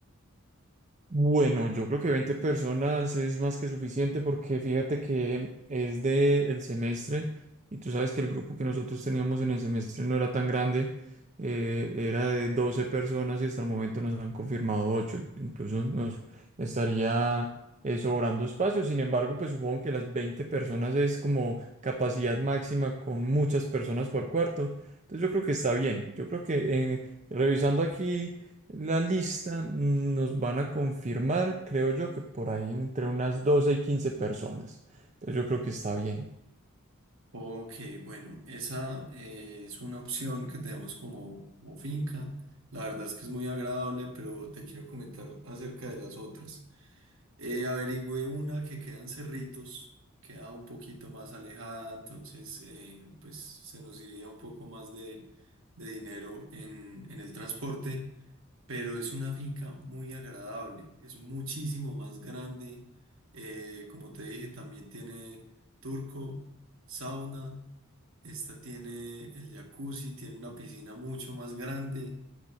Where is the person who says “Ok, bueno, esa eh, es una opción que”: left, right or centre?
Right